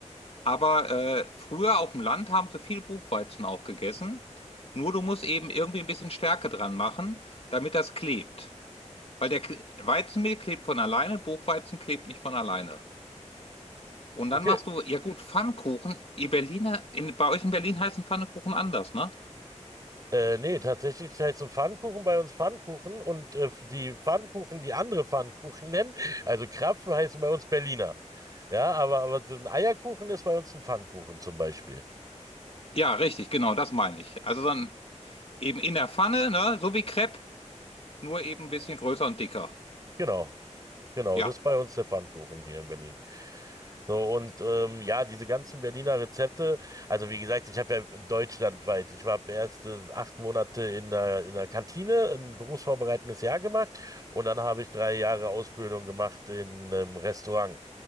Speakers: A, on the left (about 50°); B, on the right (about 30°).
A: Aber äh, früher auf dem Land haben sie viel Buchweizen auch gegessen. Nur du musst eben irgendwie ein bisschen Stärke dran machen, damit das klebt. Weil der K- Weizenmehl klebt von alleine, Buchweizen klebt nicht von alleine. Und dann
B: Okay.
A: machst du, ja gut, Pfannkuchen. Ihr Berliner, in, bei euch in Berlin heißen Pfannkuchen anders, ne?
B: Äh, nee, tatsächlich heißt ein Pfannkuchen bei uns Pfannkuchen und äh, die Pfannkuchen, die andere Pfannkuchen nennen, also Krapfen heißen bei uns Berliner. Ja, aber, aber so ein Eierkuchen ist bei uns ein Pfannkuchen zum Beispiel.
A: Ja, richtig, genau, das meine ich. Also dann eben in der Pfanne, ne? So wie Crepe, nur eben ein bisschen größer und dicker.
B: Genau, genau,
A: Ja.
B: das ist bei uns der Pfannkuchen hier in Berlin. So, und ähm, ja, diese ganzen Berliner Rezepte, also wie gesagt, ich habe ja deutschlandweit, ich habe erst äh, acht Monate in der, in der Kantine, ein berufsvorbereitendes Jahr gemacht und dann habe ich drei Jahre Ausbildung gemacht in einem Restaurant.